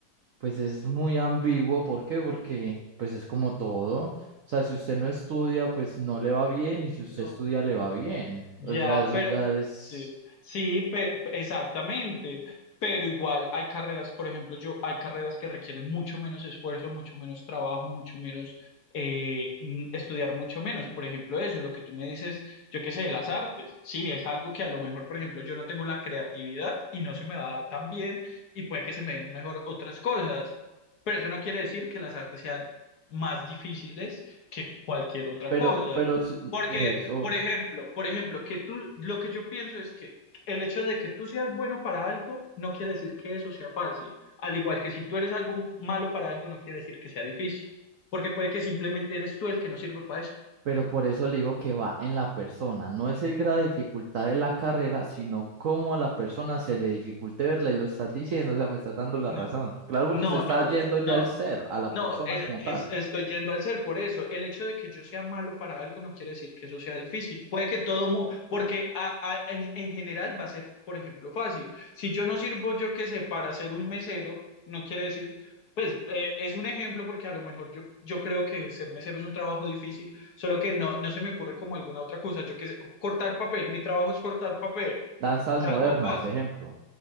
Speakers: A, on the right; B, on the left.
A: Pues es muy ambiguo, ¿por qué? Porque pues es como todo. O sea, si usted no estudia, pues no le va bien, y si usted
B: no.
A: estudia, le va bien.
B: Ya,
A: O sea, eso
B: pero
A: ya es...
B: sí, sí, pe- pe- exactamente. Pero igual hay carreras, por ejemplo, yo hay carreras que requieren mucho menos esfuerzo, mucho menos trabajo, mucho menos eh, mm, estudiar mucho menos. Por ejemplo, eso, lo que tú me dices, yo qué sé, las artes. Sí, es algo que a lo mejor, por ejemplo, yo no tengo la creatividad y no se me va a dar tan bien y puede que se me den mejor otras cosas. Pero eso no quiere decir que las artes sean más difíciles que cualquier otra
A: Pero,
B: cosa.
A: pero si-
B: Porque
A: por eso,
B: por ejemplo, por ejemplo, que tú, lo que yo pienso es que el hecho de que tú seas bueno para algo no quiere decir que eso sea fácil. Al igual que si tú eres algo malo para algo, no quiere decir que sea difícil. Porque puede que simplemente eres tú el que no sirve para eso.
A: pero por eso le digo que va en la persona. No es el grado de dificultad de la carrera, sino cómo a la persona se le dificulte verla, y lo estás diciendo, o sea, me estás dando la
B: No,
A: razón. Claro, porque
B: no,
A: usted está
B: no,
A: yendo ya
B: no.
A: al ser, a la
B: No,
A: persona
B: es,
A: como
B: es-
A: tal.
B: estoy yendo al ser por eso. El hecho de que yo sea malo para algo no quiere decir que eso sea difícil. Puede que todo, mu- porque a- a- en, en general va a ser, por ejemplo, fácil. Si yo no sirvo, yo qué sé, para ser un mesero, no quiere decir, pues eh, es un ejemplo porque a lo mejor yo, yo creo que ser mesero es un trabajo difícil, solo que no, no se me ocurre como alguna otra cosa. Yo qué sé, cortar papel, mi trabajo es cortar papel.
A: Danzas
B: Es
A: modernas,
B: algo fácil.
A: ejemplo.